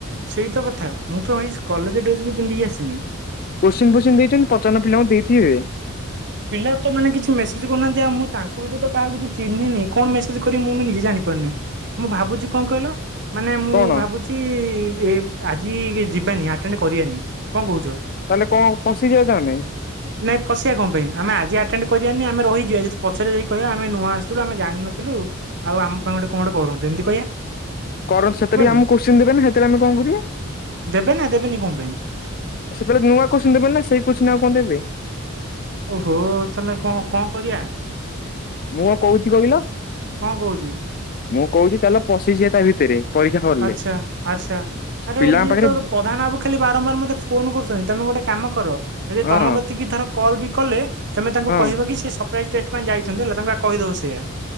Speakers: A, on the right; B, on the left.
A: ସେଇ ତ କଥା ମୁଁ ତ ଭାଇ କଲେଜ ଡ୍ରେସ ବି ପିନ୍ଧିକି ଆସିନି।
B: କୋଷ୍ଚିନ୍ ପୋତ୍ସିନ୍ ଦେଇଛନ୍ତି ପଚାରୁନ ପିଲାଙ୍କୁ ଦେଇଥିବେ।
A: ପିଲା ତ ମାନେ କିଛି ମେସେଜ୍ କରୁନାହାନ୍ତି ଆଉ ମୁଁ ତାଙ୍କ ଭିତରେ କାହାକୁ କିଛି ଚିହ୍ନିନି। କଣ ମେସେଜ କରିବ ମୁଁ ବି ନିଜେ ଜାଣିପାରୁନି ମୁଁ ଭାବୁଛି କଣ କହିଲ ମାନେ ମୁଁ
B: କଣ
A: ଭାବୁଛି କି ଆଜି ଯିବାନି ଆଟେଣ୍ଡ କରିବାନି କଣ କହୁଛ?
B: ତାହେଲେ କଣ ଫସିଯିବା ତାହାନେ।
A: ନାଇଁ ଫସିଆ କଣ ପାଇଁ? ଆମେ ଆଜି ଆଟେଣ୍ଡ କରିିବାନି ଆମେ ରହିଯିବା ଯି ପଛରେ ଯାଇ କହିବା ଆମେ ନୂଆଁ ଆସିଥିଲୁ ଆମେ ଜାଣିନଥିଲୁ। ଆଉ ଆମ ପାଇଁ ଗୋଟେ କଣ ଗୋଟେ କରନ୍ତୁ ଏମିତି କହିବା।
B: କର ସେଥିରେ
A: ହବନି
B: ଆମକୁ କୋଶ୍ଚିନ୍ ଦେବେ ନା ସେଥିରେ ଆମେ କଣ କରିବା?
A: ଦେବେ ନା ଦେବେନି କଣ ପାଇଁ?
B: ସେତେବେଳେ ନୂଆ କୋଶ୍ଚିନ୍ ଦେବେ ନା ସେଇ କୋଶ୍ଚିନ୍ ଆଉ କଣ ଦେବେ?
A: ଓହୋ ତାହେଲେ କଣ କଣ କରିବା?
B: ମୁଁ କଣ କହୁଛି କହିଲ
A: କଣ କହୁଛି?
B: ମୁଁ କହୁଛି ଚାଲ ପଶିଯିବା ତା ଭିତରେ। ପରୀକ୍ଷା ହଲ୍
A: ଆଚ୍ଛା
B: ରେ।
A: ଆଚ୍ଛା ଆରେ
B: ପିଲାଙ୍କ
A: ଇଏ
B: ପାଖରେ
A: ତ ପ୍ରଧାନ ବାବୁ ଖାଲି ବାରମ୍ବାର ମତେ ଫୋନ କରୁଛନ୍ତି ତମେ ଗୋଟେ କାମ କର ଯଦି
B: ହଁ
A: ତମକତିକି ଧର କଲ୍ ବି କଲେ ତମେ ତାଙ୍କୁ
B: ହଁ
A: କହିବ କି ସେ ସରପ୍ରାଇଜ୍ ଟେଷ୍ଟ ପାଇଁ ଯାଇଛନ୍ତି ହେଲା ତ ତମେ କହିଦବ ସେଇୟା।